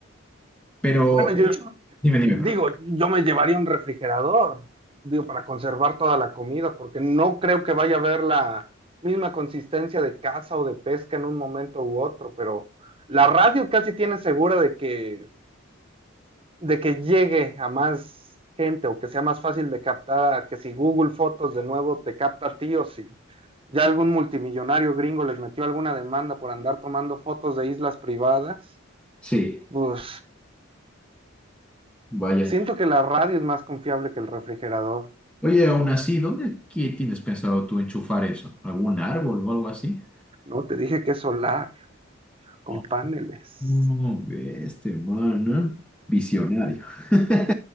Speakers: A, in the centre; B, on the right (about 25°).
A: Pero,
B: Bueno, yo
A: oye, dime, dime,
B: digo,
A: perdón.
B: yo me llevaría un refrigerador, digo, para conservar toda la comida, porque no creo que vaya a haber la misma consistencia de caza o de pesca en un momento u otro, pero la radio casi tiene segura de que de que llegue a más gente o que sea más fácil de captar, a que si Google Fotos de nuevo te capta a ti o si ya algún multimillonario gringo les metió alguna demanda por andar tomando fotos de islas privadas,
A: Sí,
B: pues
A: vaya.
B: siento que la radio es más confiable que el refrigerador,
A: Oye, aún así, ¿dónde qué tienes pensado tú enchufar eso? ¿Algún árbol o algo así?
B: ¿no? Te dije que es solar, con
A: Oh,
B: paneles,
A: no, ve este man, ¿eh? Visionario. <laughs>